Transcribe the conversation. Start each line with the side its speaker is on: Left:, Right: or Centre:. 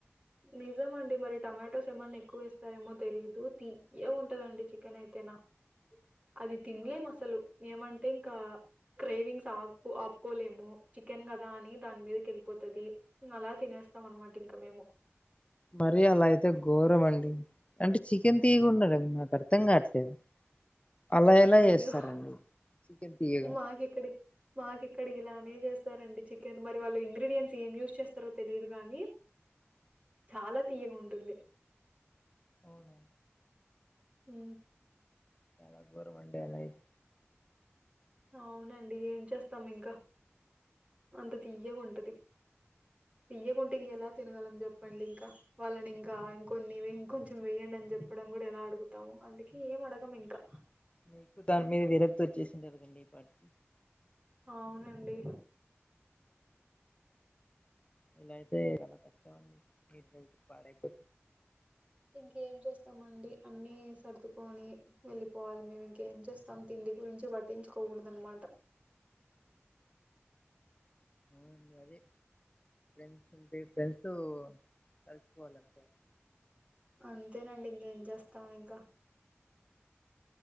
Right: నిజం అండి మరి టమాటోస్ ఏమన్నా ఎక్కువ వేస్తారేమో తెలిదు తియ్యగ ఉంటదండి. చికెన్ అయితేనా అది తినలేం అసలు ఏమంటే ఇంకా క్రె వింగ్స్ ఆ ఆపుకోలేము. చికెన్ కదా అని దాని మీదకి వెళ్ళిపోతది. అలా తినేస్తాం అన్నమాట ఇంక మేము
Left: మరి అలా అయితే ఘోరం అండి అంటే చికెన్ తీయగుండదనాకు అర్థం కావట్లేదు అలా ఎలా
Right: అయ్యో
Left: చేస్తారండి చికెన్ తీయగా
Right: మాకెక్కడి మాకెక్కడి ఇలానే చేస్త స్తారండి చికెన్ మరి వాళ్ళు ఇంగ్రీడియంట్స్ ఏం యూజ్ చేస్తారో తెలియదుగానీ, చాలా తీయగాఉంటది ఉంది
Left: ఓహ
Right: ఉ
Left: చాల గోరమండి అలాయిత్
Right: అవునండి ఏం చేస్తాం ఇంకా అంత తీయ్యగ ఉం టది. తియ్యగ ఉంటే ఇంక ఎలా తినగలం జప్ప చెప్పండి. ఇంకా వాళ్ళని ఇంకా ఇంకొన్ని ఇంకొంచెం వేయండి అని చెప్పడం కూడా ఎలా అడుగుతాము. అందుకే ఏం అడగము ఇంకా
Left: మీకు దాని మీద విరక్తి వచ్చేసింది. అడగండి ఈ పాటికి
Right: అవునండి
Left: ఇలాయితే చాల కష్టం అండి బెల్లం పాడైపో
Right: ఇంకేం చేస్తామండి. అన్నీ సర్దుకొని వెళ్ళిపోవాలి. మేము ఇంకేం చేస్తాం. తిండి గురించి పట్టించుకోకూడద అన్నమాట.
Left: అవును అండి అదేె న్స్ అంటే వెళ్తు కలిసిపోవాలంతే
Right: అంతేనండి ఇంకేం చేస్తాం ఇంకా